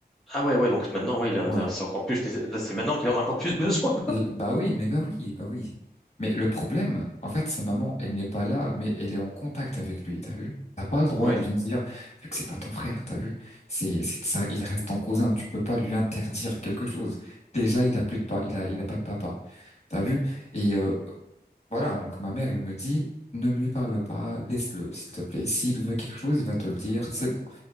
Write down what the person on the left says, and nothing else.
Ouais.
L- bah oui, mais bah oui, bah oui. Mais le problème, en fait, sa maman, elle n'est pas là, mais elle est en contact avec lui, t'as vu? T'as pas le droit
de lui dire, vu que c'est pas ton frère, t'as vu? C'est, c'est ça, il reste ton cousin, tu peux pas lui interdire quelque chose. Déjà, il a plus de pas, il a, il a pas de papa. T'as vu? Et euh, voilà, donc ma mère, elle me dit, ne lui parle pas, laisse-le, s'il te plaît. S'il veut quelque chose, il va te le dire, c'est bon.